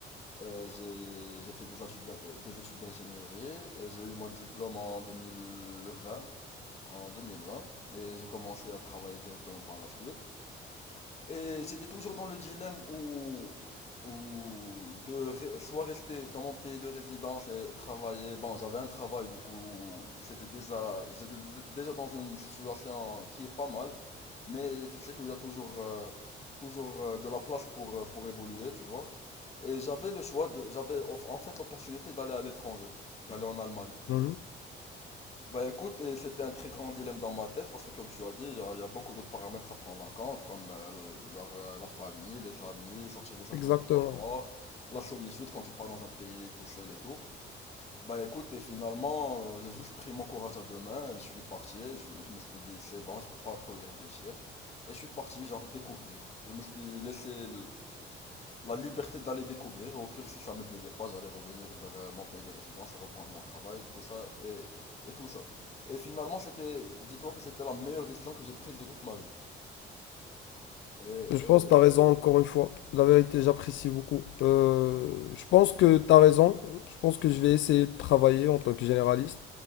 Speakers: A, on the left; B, on the left.
A: Euh, j'ai, j'ai fait des études, d'in- euh, des études d'ingénierie. Euh, J'ai eu mon diplôme en 2020 en 2020 et j'ai commencé à travailler directement par la suite. Et j'étais toujours dans le dilemme où, où de re- soit rester dans mon pays de résidence et travailler. Bon, j'avais un travail du coup, c'était déjà, j'étais d- déjà dans une situation qui est pas mal. Mais tu sais qu'il y a toujours, euh, toujours euh, de la place pour, euh, pour évoluer, tu vois. Et j'avais le choix de, j'avais en en fait l'opportunité d'aller à l'étranger, d'aller en Allemagne.
B: Mhm.
A: Bah écoute, et c'était un très grand dilemme dans ma tête parce que comme tu as dit, il y a, il y a beaucoup d'autres paramètres à prendre en compte comme euh, genre, euh, la famille, les amis, sortir de sa
B: Exactement.
A: zone de confort, la solitude quand tu pars dans un pays tout seul et tout. Bah écoute, et finalement, euh, j'ai juste pris mon courage à deux mains, et je suis parti, je, je me suis dit c'est bon, je vais pas trop y réfléchir. Et je suis parti genre découvrir. Je me suis laissé la liberté d'aller découvrir. Au pire, si ça me plaisait pas, j'allais revenir vers euh, mon pays de résidence et reprendre mon travail, tout ça et, et tout ça. Et finalement, c'était, dis-toi que c'était la meilleure décision que j'ai prise de toute ma vie. Et,
B: Je
A: et-
B: pense que tu as raison encore une fois. La vérité, j'apprécie beaucoup. Euh, je pense que tu as raison. Je pense que je vais essayer de travailler en tant que généraliste.